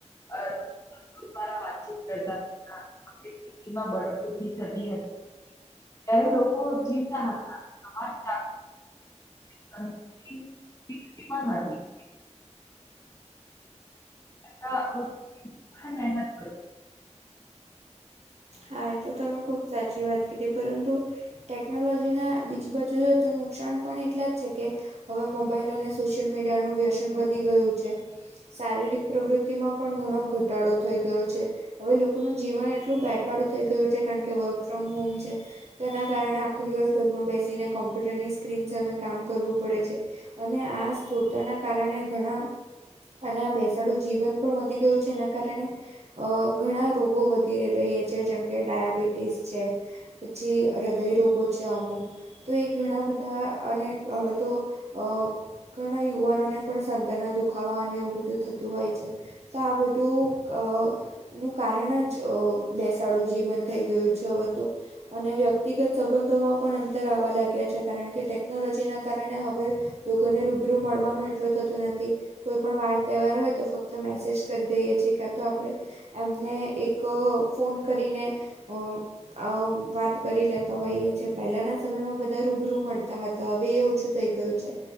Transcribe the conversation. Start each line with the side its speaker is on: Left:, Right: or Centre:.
Left: <unintelligible> વાતચીત કરતા હતા. આપડે ખેતીમાં બળદોથી થતી હતી. ત્યારે લોકો જીવતા હતા <unintelligible> પણ તી પીકતી પણ હતી. હા હા ના હત કર
Right: હા એ તો તમે ખૂબ સાચી વાત કીધી પરંતુ ટેકનોલોજીના બીજી બાજુ જો તો નુકસાન પણ એટલા જ છે કે હવે મોબાઈલ અને સોશિયલ મીડિયાનું વ્યસન વધી ગયું છે. શારીરિક પ્રવૃત્તિમાં પણ ઘણો ઘટાડો થઈ ગયો છે. હવે લોકોનું જીવન એટલું બે ઠાડું થઈ ગયું છે, કારણ કે વર્ક ફ્રોમ હોમ છે. તેના કારણે આખો દિવસ ઘરમાં બેસીને કોમ્પ્યુટરની સ્ક્રીન સામે કામ કરવું પડે છે. અને આ સ્થુળતાના કારણે ઘણા અને આ બેસાડું જીવન પણ વધી ગયું છે એના કારણે અ ઘણા રોગો વધી રહ્યા છે જેમ કે ડાયાબિટીસ છે. પછી હૃદયરોગો છે અમુક તો એ ઘણા બધા અને હવે તો અ ઘણા યુવાનોને પણ સંધાના દુખાવા અને એવું બધું થતું હોય છે. તો આ બધું અ નું કારણ જ અ બેસાડું જીવન થઈ ગયું છે હવે તો. અને વ્યક્તિગત સંબંધોમાં પણ અંતર આવવા લાગ્યા છે કારણ કે ટેકનોલોજીના કારણે હવે લોકોને રૂબરૂ મળવાનું એટલું થતું નથી. કોઈ પણ વાર તહેવાર હોય તો ફક્ત મેસેજ કરી દઈએ છેએ ક્યા તો આપણે એમને એક ફોન કરીને અ અ વાત કરી લેતા હોઈએ છે, પહેલાના સમયમાં બધા રૂબરૂ મળતા હતા. તો હવે એ ઓછું થઈ ગયું છે.